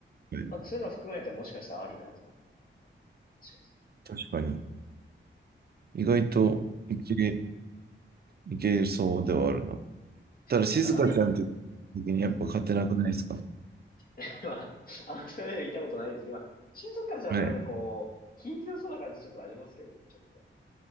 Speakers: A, on the right; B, on the left.
A: はい
B: なんかそういうのを含めてもしかしたらありなんじゃないかな、します。
A: 確かに。意外と、
B: えっと、
A: 美形いけそうではあるな。ただ、静香ちゃんって
B: なんかドラメ、
A: 時にやっぱ勝てなくないですか
B: えー、<laughs> まあ、あんまり言いたことないんですけど、まあ、静香ちゃんってなんかこう、
A: はい。
B: 気強そうな感じちょっとありますけどね、ちょっと。